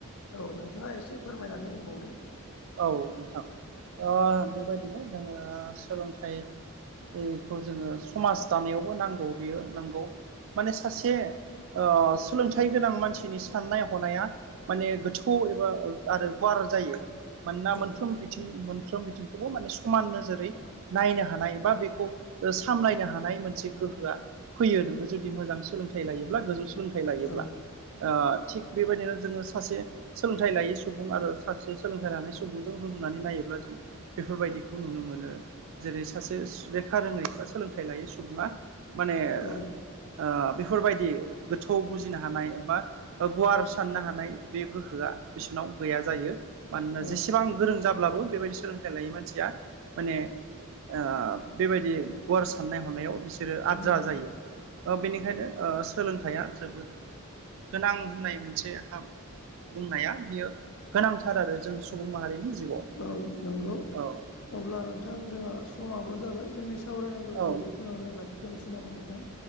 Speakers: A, on the left (about 75°); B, on the right (about 65°).
A: औ नोंथाङा एसे फोरमायनानै होबावदो।
B: औ नोंथां ओ बेबायदिनो जोङो सोलोंथाइ बेखौ जोङो समाज दानायावबो नांगौ बेयो नांगौ। माने सासे ओ सोलोंथाइ गोनां मानसिनि साननाय हनाया माने गोथौ एबा आरो गुवार जायो। मानोना
A: औ
B: मोनफ्रोम बिथिं मोनफ्रोम बिथिंखौबो माने समान नोजोरै नायनो हानाय बा बेखौ सामलायनो हानाय मोनसे गोहोआ फैयो नोङो जुदि मोजां सोलोंथाइ लायोब्ला गोजौ सोलोंथाइ लायोब्ला।
A: औ
B: ओ थिग बेबायदिनो जोङो सासे सोलोंथाइ लायै सुबुं आरो सासे सोलोंथाइ लानाय सुबुंजों रुजुनानै नायोब्ला जों बेफोरबायदिखौ नुनो मोनो जेरै सासे स्टुडेनट लेखा रोङै बा सोलोंथाइ लायै सुबुङा माने
A: औ
B: ओ बेफोरबायदि गोथौआव बुजिनो हानाय एबा गुवार साननो हानाय बे गोहोआ बिसोरनाव गैया जायो मानोना
A: औ
B: जेसे बां गोरों जाब्लाबो बेबायदि सोलोंथाइ लायै मानसिया माने ओ बेबायदि गुवार साननाय हनायाव बि सोरो आद्रा
A: औ
B: जायो ओ बेनिखायनो ओ सोलोंथाइया जोबोद गोनां होननाय मोनसे हाब बुंनाया बियो गोनांथार आरो जों सुबुं माहारिनि जिउआव।
A: औ नंगौ
B: औ
A: अब्ला नोंथां जोंहा समाबो जाबाय जोंनि सावरायनांगौखौ
B: औ
A: बे खिनियावनो लाखिथ'नोसै नामा नोंथां?